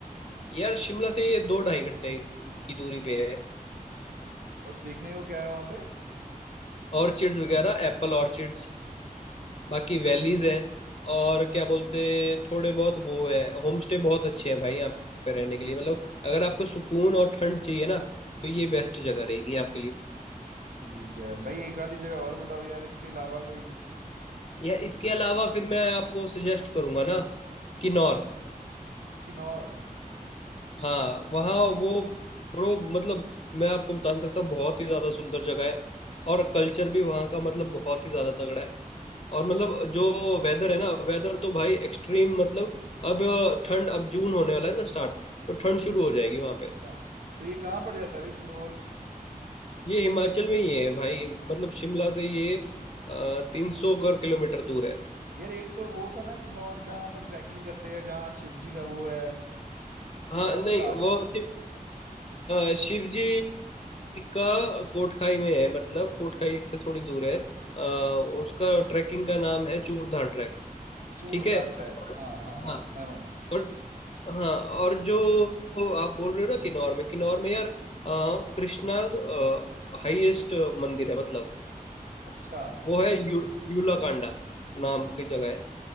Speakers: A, on the left; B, on the right.
A: यार शिमला से ये दो ढाई घंटे की दूरी पे है
B: और देखने को क्या है वहां पे
A: ऑर्चिड्स वगैरह एप्पल ऑर्चिड्स बाकी वैलीज हैं और क्या बोलते थोड़े बहुत वो है होम स्टे बहुत अच्छे हैं भाई यहाँ पे रहने के लिए मतलब अगर आपको सुकून और ठंड चाहिए ना तो ये बेस्ट जगह रहेगी आपके लिए
B: ठीक है भाई एक आधी जगह और बताओ यार इसके अलावा कोई
A: यार इसके अलावा फिर मैं आपको सजेस्ट करूंगा ना किन्नौर
B: किन्नौर
A: हाँ वहाँ वो ब्रो मतलब मैं आपको बता नहीं सकता बहुत ही ज्यादा सुंदर जगह है और कल्चर भी वहाँ का मतलब बहुत ही ज्यादा तगड़ा है और मतलब जो वेदर है ना वेदर तो भाई एक्सट्रीम मतलब अब ठंड अब जून होने वाला है ना स्टार्ट तो ठंड शुरू हो जाएगी वहां
B: अच्छा
A: पे
B: तो ये कहाँ पड़ जाता है भाई किन्नौर
A: ये हिमाचल में ही है भाई मतलब शिमला से ये तीन सौ कर किलोमीटर दूर है
B: यार एक तो वो था ना किन्नौर जहाँ पर ट्रैकिंग करते हैं जहाँ शिव जी का वो है
A: हाँ
B: किन्नौर
A: नहीं
B: क्लास
A: वो शिव अ, शिव जी का कोटखाई में है मतलब कोटखाई से थोड़ी दूर है अ, उसका ट्रैकिंग का नाम है चूड़धार ट्रैक
B: चूड़दार
A: ठीक है
B: ट्रैक हाँ हाँ हाँ
A: हाँ
B: सुना है मैंने
A: और हाँ और जो आप बोल रहे हो ना किन्नौर में किन्नौर में यार आ, कृष्णाज हाईएस्ट मंदिर है मतलब
B: अच्छा
A: वो है यू, यूलाकांडा नाम की जगह है